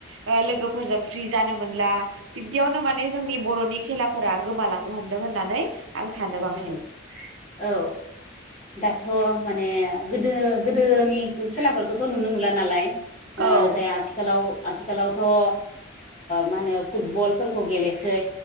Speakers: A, on the right; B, on the left.
A: ओ लोगोफोरजों फ्रि जानो मोनला बिब्दियावनो माने जोंनि बर'नि खेलाफोरा गोमालांनो हमदों होननानै आं सानो बांसिन
B: औ औ दाथ माने गोदो गोदोनि खेलाफोरखौथ नुनो मोनला नालाय
A: औ
B: नाथाय आथिखालाव आथिखालावथ ओ मा होनो फुटबलफोरखौ गेलेसै